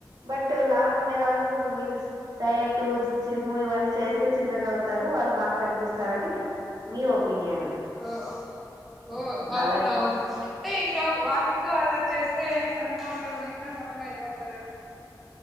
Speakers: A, on the right; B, in the centre.
A: బట్ లావు ఉండే వాళ్ళు విల్స్ డయటు చిమ్ము ఇవన్నీ చేస్తే చిన్నగా అవుతారు వాళ్ళు బాగా కన్పిస్తారని మీ ఒపీనియన్
B: ఓ ఓ అవునువు
A: అలా
B: అంటే ఇంకా వాకింగ్ అలా చేస్తే సన్నగా ఉండే వాళ్ళు ఇంకా సన్నగా అయిపో తారేమో అని